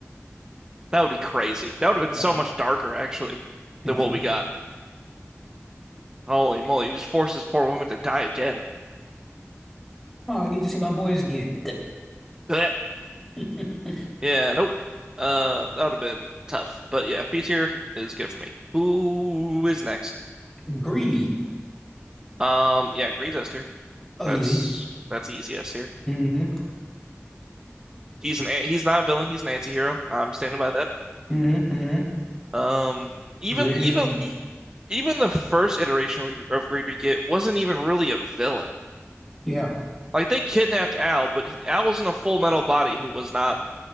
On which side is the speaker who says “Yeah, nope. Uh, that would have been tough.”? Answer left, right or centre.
Right